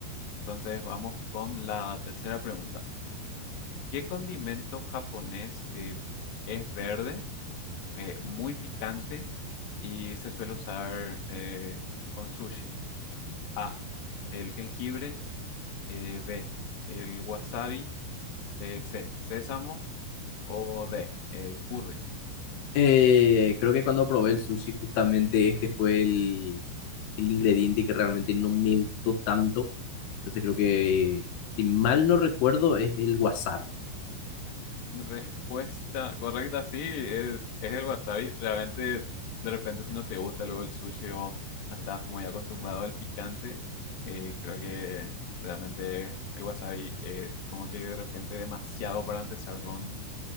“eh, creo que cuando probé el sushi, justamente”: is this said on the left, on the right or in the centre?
Left